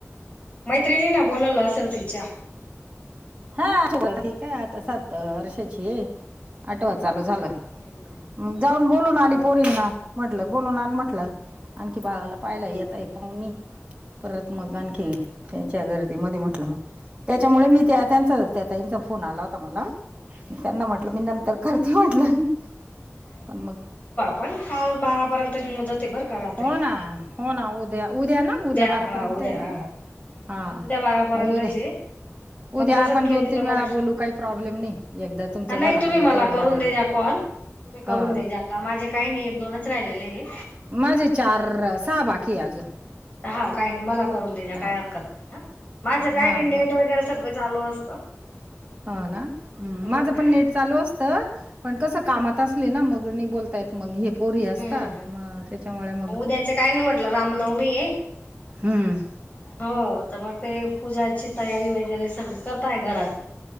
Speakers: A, on the left; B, on the right.
A: मैत्रिणी ना बोलावलं असेल तिच्या?
B: हा <unintelligible> काय आता सात वर्षांचीये, आठव चालू झाल.
A: हम्म, हम्म.
B: मग जाऊन बोलून आली
A: हो
B: पोरींना. म्हटलं बोलून आण म्हटलं आणखी बाळाला
A: हो
B: पायला येताय
A: ना
B: पाहुणे. परत मग
A: हो
B: आणखी
A: ना हो ना
B: त्यांच्या गर्दी मध्ये म्हटलं
A: हा,
B: मग. त्याच्यामुळे मी त्या
A: हो.
B: त्यांच त्या ताईंचा फोन आला होता मला. त्यांना म्हटल
A: अच्छा
B: मी
A: अच्छा
B: नंतर करते म्हटलं. पण मग
A: पण काल बारा पर्यंतची मुदते बर का. रात्री
B: हो ना, हो ना उद्या. उद्या ना उद्या बारापर्यंत
A: हा उद्या
B: आहे ना?
A: हा हा
B: हा,
A: उद्या बारापर्यंतचे
B: मग उद्या-
A: मग
B: उद्या
A: कसं
B: आपण
A: केलेलं
B: दोन- तीन
A: बरं
B: वेळा बोलू. कायी प्रॉब्लेम नाही. एकदा तुमचा
A: नाही,
B: झाला
A: तुम्ही
B: का मी
A: मला
B: करल
A: करून
B: माझा
A: देजा कॉल. तुम्ही करून
B: ह
A: देजा. आता माझे काही नाही. एक- दोनच राहिलेले आहे.
B: माझे चारर- सहा बाकीय अजून.
A: हा, काही नाही, मला करून द्याजा.
B: हा
A: काही हरकत नाही आ. माझं काही
B: हा
A: नाही, नेट
B: मग
A: वगैरे सगळं चालू असतं.
B: ह ना. हम्म,
A: हो
B: माझं
A: हो
B: पण नेट, चालू असत च. पण कसं
A: हो
B: कामात असले ना, मग नाही बोलता येत. मग हे पोरी
A: हम्म
B: असता. मग त्याच्यामुळे मग
A: उद्याच काय नाही म्हटलं रामनवमी आहे
B: हम्म.
A: हो, तर मग ते, पूजाची तयारी वगैरे सगळी करताय घरात.